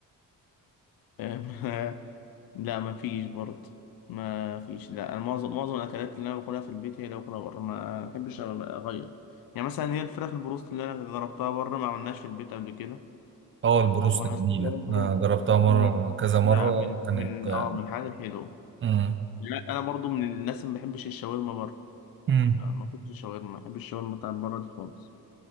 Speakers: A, on the left; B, on the right.
A: آه، <laughs> لا ما فيش برضه ما فيش لا أنا معظم معظم الأكلات اللي أنا باكلها في البيت هي اللي باكلها بره ما أحبش أغير يعني مثلا هي الفراخ البروست اللي أنا جربتها بره ما عملناش في البيت قبل كده
B: أه البروست
A: وحسيت
B: جميلة
A: برضه
B: أنا جربتها مرة
A: مم،
B: كذا
A: لا
B: مرة
A: من
B: كانت
A: من اه من الحاجات الحلوة
B: امم
A: لا أنا برضه من الناس اللي ما بحبش الشاورما بره
B: امم
A: آه، ما كنتش شاورما ما بحبش الشاورما بتاعت بره دي خالص